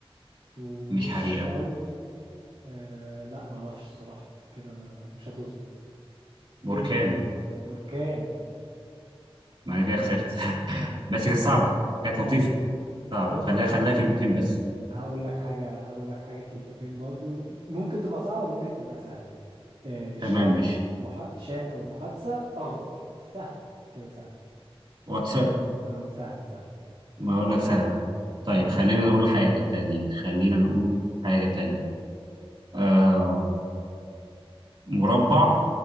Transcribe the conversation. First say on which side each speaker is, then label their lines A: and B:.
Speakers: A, on the right; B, on the right.
A: ومش
B: مش حريقة
A: شوي آه لا ما اعرفش الصراحة كده انا مش هتظبط
B: بركان
A: ايه بركان
B: ما أنا كده
A: لا
B: خسرت <laughs>
A: لا
B: بس كانت صعبة كانت
A: آه.
B: لطيفة صعب
A: هقو-
B: خليها
A: ه-
B: خليها كلمتين بس
A: هقول لك حاجة هقول لك حاجة كلمتين برضو ممكن تبقى صعبة ممكن تبقى سهلة آه، شات
B: تمام ماشي
A: مح... شات أو محادثة أخضر سهلة كده سهلة
B: واتساب
A: اه سهلة سهلة
B: ما أقول لك سهلة طيب
A: مم.
B: خلينا نقول حاجة تانية خلينا نقول حاجة تانية آه مربع